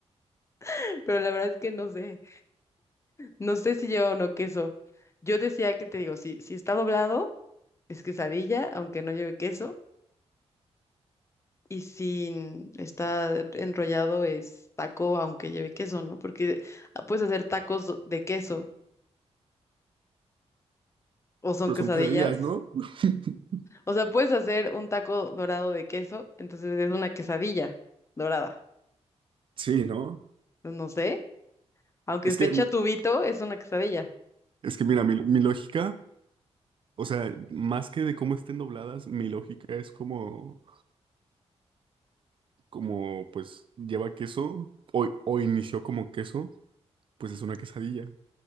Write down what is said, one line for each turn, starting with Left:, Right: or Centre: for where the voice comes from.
Left: <laughs> pero la verdad es que no sé. No sé si lleva o no queso. Yo decía que te digo, si, si está doblado es quesadilla, aunque no lleve queso, y si está enrollado es taco, aunque lleve queso, ¿no? Porque ah, puedes hacer tacos de queso. o son
Right: Pero
Left: quesadillas.
Right: son quesadillas, ¿no? <laughs>
Left: O sea, puedes hacer un taco dorado de queso, entonces es una quesadilla dorada.
Right: Sí, ¿no?
Left: Pues No sé, aunque
Right: Es
Left: esté
Right: que,
Left: chatubito, es una quesadilla.
Right: es que mira, mi, mi lógica, o sea, más que de cómo estén dobladas, mi lógica es como, como pues lleva queso o, o inició como queso, pues es una quesadilla.